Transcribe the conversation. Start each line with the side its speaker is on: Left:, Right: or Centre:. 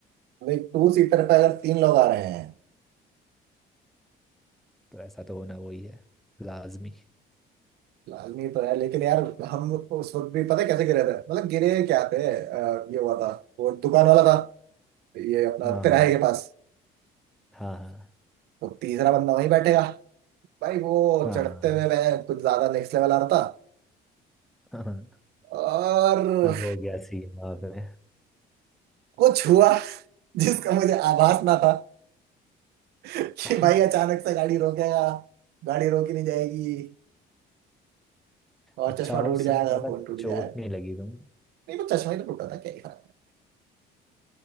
Right: भाई टू सीटर पे अगर तीन लोग आ रहे हैं
Centre: तो ऐसा तो होना वही है लाजमी
Right: लाजमी तो है लेकिन यार हम उस वक्त भी पता है कैसे गिरे थे मतलब गिरे क्या थे अ, ये हुआ था वो दुकान वाला था ये अपना
Centre: हाँ
Right: तिराहे के पास
Centre: हाँ हाँ
Right: तो तीसरा बंदा वहीं बैठेगा भाई वो
Centre: हाँ
Right: चढ़ते हुए मैं कुछ ज्यादा नेक्स्ट लेवल आ रहा था
Centre: <laughs> हाँ
Right: और
Centre: अब हो गया सीन वहाँ पे
Right: कुछ हुआ जिसका मुझे आभास ना था कि
Centre: <laughs>
Right: भाई अचानक से गाड़ी रोकेगा गाड़ी रोकी नहीं जाएगी और
Centre: अच्छा
Right: चश्मा
Centre: हो
Right: टूट
Centre: उस
Right: जाएगा
Centre: समय ज्यादा
Right: फोन टूट
Centre: चोट
Right: जाएगा
Centre: नहीं लगी तुम
Right: नहीं वो चश्मा ही तो टूटा था क्या ही फर्क